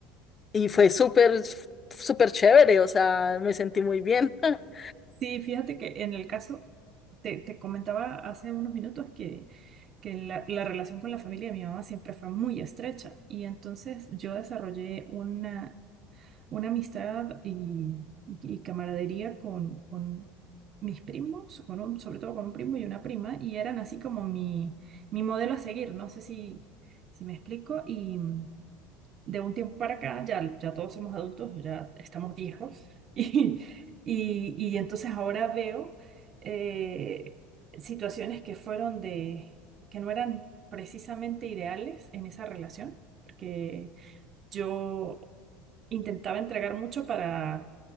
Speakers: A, on the left; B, on the right.
A: y fue súper, súper chévere, o sea, me sentí muy bien. <laughs>
B: Sí, fíjate que en el caso, te, te comentaba hace unos minutos que que la, la relación con la familia de mi mamá siempre fue muy estrecha y entonces yo desarrollé una, una amistad y, y camaradería con, con mis primos, con un- sobre todo con un primo y una prima, y eran así como mi, mi modelo a seguir, no sé si, si me explico, y, de un tiempo para acá, ya, ya todos somos adultos, ya estamos viejos, <laughs> y, y, y entonces ahora veo eh, situaciones que fueron de, que no eran precisamente ideales en esa relación, porque yo intentaba entregar mucho para